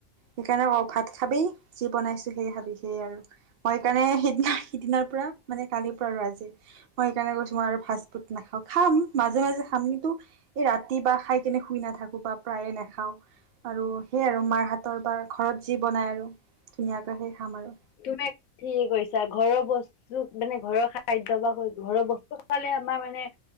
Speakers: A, on the right; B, on the left.
A: সেইকাৰণে কওঁ ভাত খাবি যি বনাইছো সেই খাবি, সেইয়ে আৰু। মই সেইকাৰণে সিদিনা সিদিনাৰ পৰা মানে কালিৰ পৰা আৰু আজি মই- সেইকাৰণে কৈছো মই আৰু ফাষ্ট ফুড নাখাওঁ, খাম মাজে মাজে খাম কিন্তু- এই ৰাতি বা খাই কেনে শুই নাথাকো বা প্ৰায়ে নাখাওঁ। আৰু সেই আৰু মাৰ হাতৰ বাৰ ঘৰত যি বনাই আৰু ধুনীয়াকৈ সেই খাম আৰু।
B: তুমি ঠিকে কৰিছা, ঘৰৰ বস- মানে ঘৰৰ খাদ্য বা ঘৰৰ বস্তু খাবলে আমাৰ মানে-